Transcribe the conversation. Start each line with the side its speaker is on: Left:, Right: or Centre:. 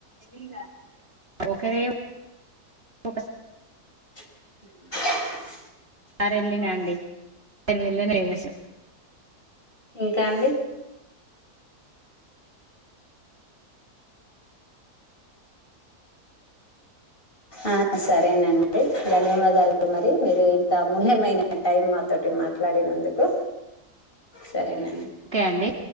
Right: వీళ్ళ ఓకరే ఫోకస్
Left: మ్మ్
Right: <unintelligible> అండి ఐదు వేలన్న వేసేస్త
Left: ఇంకా అండి ఆ సరేనండి ధన్యవాదాలు మరి మీరు ఇంత అమూల్యమైన టైం మాతోటి మాట్లాడినందుకు సరేన
Right: ఒకే అండి